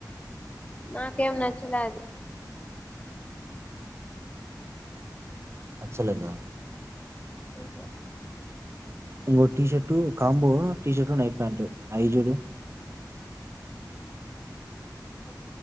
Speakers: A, on the left (about 20°); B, on the right (about 35°).
A: నాకేం నచ్చలే అది
B: నచ్చ లేదా
A: ఓహో
B: ఇంకో T shirt combo T shirt night pant అయి జూడు
A: తో